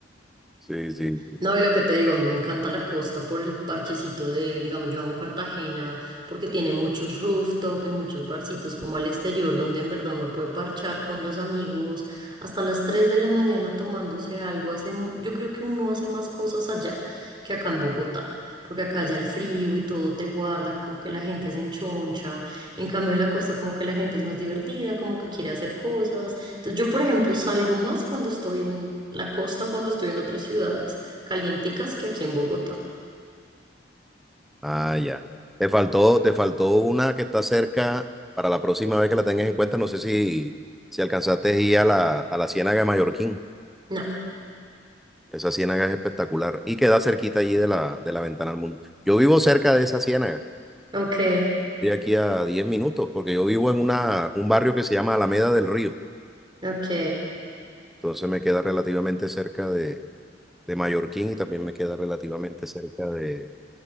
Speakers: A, in the centre; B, on the right (about 25°).
A: Sí, sí.
B: No, y lo que te digo, a mí me encanta la costa por el parchecito de, digamos, yo amo Cartagena porque tiene muchos rooftop y muchos barcitos como al exterior donde en verdad uno puede parchar con los amigos hasta las 3 de la mañana tomándose algo. Hace, mu- yo creo que uno hace más cosas allá que acá en Bogotá, porque acá ya el frío y todo te guarda, como que la gente se enchoncha. En cambio, en la costa como que la gente es más divertida, como que quiere hacer cosas. Entonces, yo, por ejemplo, salgo más cuando estoy en la costa, cuando estoy en otras ciudades calienticas que aquí en Bogotá.
A: Ah, ya. Te faltó, te faltó una que está cerca para la próxima vez que la tengas en cuenta. No sé si, si alcanzaste a ir a la, a la Ciénaga de Mallorquín.
B: No.
A: Esa ciénaga es espectacular y queda cerquita allí de la, de la ventana al mundo. Yo vivo cerca de esa ciénaga.
B: Ok,
A: de aquí a 10 minutos, porque yo vivo en una, un barrio que se llama Alameda del Río.
B: ok.
A: Entonces me queda relativamente cerca de, de Mallorquín y también me queda relativamente cerca de,